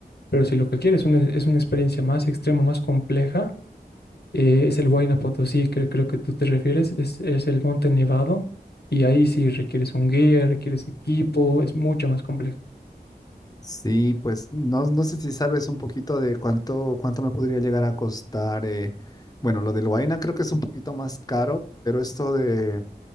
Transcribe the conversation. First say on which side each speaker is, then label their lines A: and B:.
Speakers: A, on the left; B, on the left.
A: pero si lo que quieres es una, es una experiencia más extrema, más compleja, eh, es el Huayna Potosí, que creo que tú te refieres, es, es el Monte Nevado y ahí sí requieres un guía, requieres equipo, es mucho más complejo.
B: Sí, pues no, no sé si sabes un poquito de cuánto, cuánto me podría llegar a costar. eh, Bueno, lo de Huayna creo que es un poquito más caro, pero esto de,